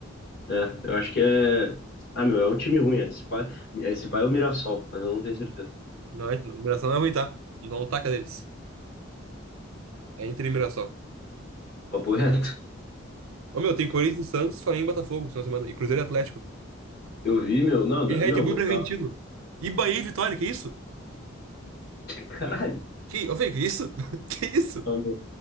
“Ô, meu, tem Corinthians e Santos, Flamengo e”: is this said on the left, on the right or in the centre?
Right